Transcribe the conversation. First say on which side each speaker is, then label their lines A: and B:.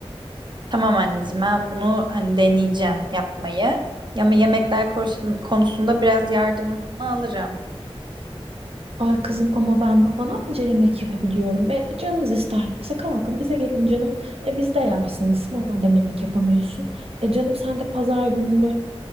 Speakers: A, on the right (about 50°); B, on the right (about 70°).
A: Tamam anneciğim ben bunu hani deneyeceğim yapmayı. Ama yemekler konusun- konusunda biraz yardımını alırım.
B: Ay kızım ama ben babana anca yemek yapabiliyorum. E, canınız isterse kalkın bize gelin canım. E, biz de yersiniz madem yemek yapamıyorsun. E canım sen de pazar gününü